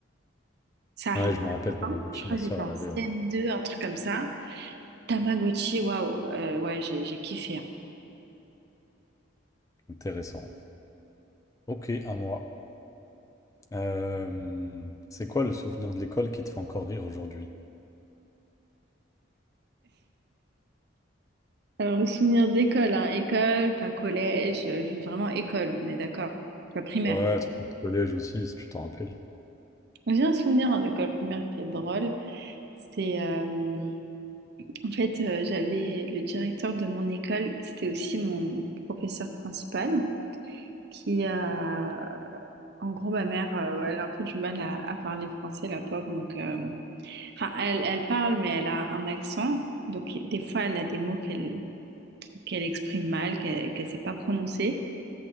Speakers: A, on the right; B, on the left.
A: Ça arrive
B: Ouais, je
A: à
B: me
A: la
B: rappelle Tamagotchi,
A: fin, je crois
B: ma
A: que
B: soeur
A: j'étais en
B: l'avait,
A: CM2,
B: ouais.
A: un truc comme ça. Tamagotchi, waouh, euh, ouais, j'ai j'ai kiffé. hein.
B: Intéressant. Ok, à moi. Euh, c'est quoi le souvenir de l'école qui te fait encore rire aujourd'hui?
A: Alors, le souvenir d'école, hein, école, pas collège, euh, juste vraiment école, on est d'accord, école primaire.
B: Ouais, ça peut être le collège aussi, si tu t'en rappelles.
A: J'ai un souvenir en école primaire qui est drôle. C'est euh, en fait, euh, j'avais le directeur de mon école, c'était aussi mon professeur principal, qui a, en gros, ma mère, euh, elle a un peu du mal à, à parler français, la pauvre, donc euh, Enfin, elle, elle parle, mais elle a un accent. Donc, des fois, elle a des mots qu'elle qu'elle exprime mal, qu'elle ne sait pas prononcer.